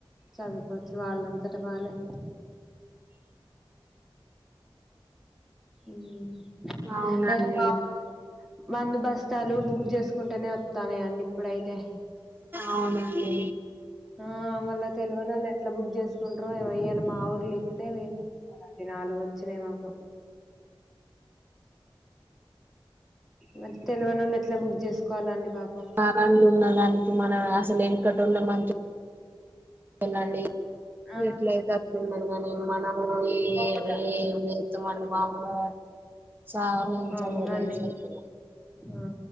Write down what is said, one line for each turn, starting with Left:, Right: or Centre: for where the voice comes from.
Centre: చదువుకోవచ్చు వాళ్ళంతట వాళ్ళే ఉమ్
Right: అవునండి
Centre: ఏరణవల్ మందు బస్తాలు బుక్ చేసుకుంటేనే వస్తాన్నాయి అండి ఇప్పుడైతే
Right: అవునండి
Centre: ఆ మళ్ళా తేల్వనోళ్లు ఎట్లా బుక్ చేసుకుంటారో ఏమో ఇయాలా మా ఊర్లో ఎక్కుతే ది నాలుగు వచ్చినాయి మాకు మరి తెలవనోళ్ళు ఎట్లా బుక్ చేసుకోవాలండి పాపం
Right: కారావి ఉన్న దానికి మనం అసలు వెనుకటోల్లో మంచి వెళ్ళండి
Centre: అ
Right: ఎట్ల అయితే వస్తున్నారు కానీ మనము ఏమి
Centre: ఒక్కొక్క
Right: ఏమి <unintelligible> మము చానా
Centre: అవునండి
Right: చదవలేం సరికి
Centre: ఆ